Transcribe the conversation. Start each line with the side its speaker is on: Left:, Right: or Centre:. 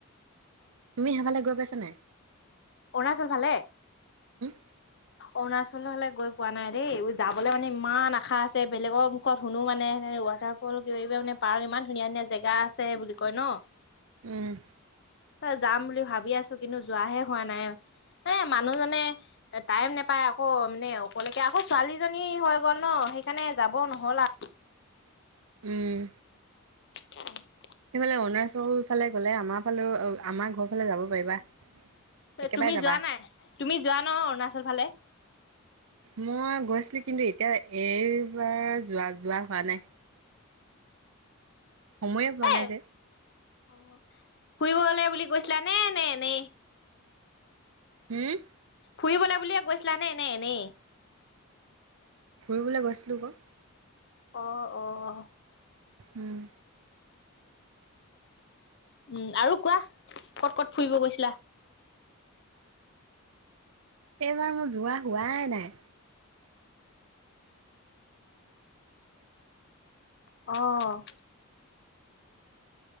Right: তুমি সেইফালে গৈ পাইছা নাই?
Left: অৰুণাচল ফালে?
Right: <inaudible>
Left: অৰুণাচল হলে গৈ পোৱা নাই দেই, যাবলে মানে ইমান আশা আছে বেলেগৰ মুখত শুনো মানে সে ৱাটাৰ- ফল কিবাকিবি মানে পাৰ্ক ইমান ধুনীয়া ধুনীয়া জেগা আছে বুলি কয় ন।
Right: উম'।
Left: হে যাম বুলি ভাবি আছো, কিন্তু যোৱাহে হোৱা নাই। এ মানুহজনে- টাইম নেপাই আকৌ মানে অকলেকে আকৌ ছোৱালীজনী হৈ গ'ল ন, সেইকাৰণে যাব নহল আও।
Right: উম,
Left: <unintelligible>
Right: সেইফালে অৰুণাচল ফালে গলে আমাৰ ফালেও আমাৰ ঘৰ ফালে যাব পাৰিবা।
Left: তে
Right: একেবাৰে
Left: তুমি
Right: যাবা।
Left: যোৱা নাই? তুমি যোৱা ন অৰুণাচল ফালে।
Right: মই গৈছিলো কিন্তু এতিয়া এইবাৰ যোৱা যোৱা হোৱা নাই। সময়ে পোৱা
Left: এ
Right: নাই যে।
Left: অ' ফুৰিবলে বুলি গৈছিলা নে নে এনেই?
Right: হুওম?
Left: ফুৰিবলে বুলিয়ে গৈছিলা নে নে এনেই?
Right: ফুৰিবলে গৈছিলোঁ ক।
Left: অ' অ'।
Right: উম'।
Left: উম' আৰু কোৱা ক'ত ক'ত ফুৰিব গৈছিলা?
Right: এইবাৰ মোৰ যোৱা হোৱাই নাই।
Left: অ'।